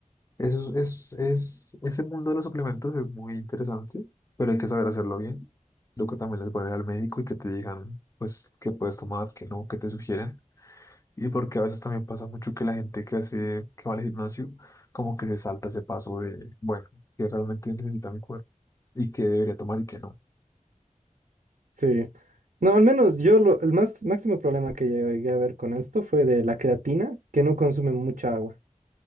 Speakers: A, on the left; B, on the right.
A: Eso es, es, es- ese mundo de los suplementos es muy interesante, pero hay que saber hacerlo bien. Lo que también les voy al médico y que te digan, pues, qué puedes tomar, qué no, qué te sugieren. Y porque a veces también pasa mucho que la gente que hace, que va al gimnasio, como que se salta ese paso de, bueno, que realmente necesita mi cuerpo y qué debería tomar y qué no.
B: Sí. No, al menos yo lo, el más, máximo problema que llegué a ver con esto fue de la creatina, que no consume mucha agua.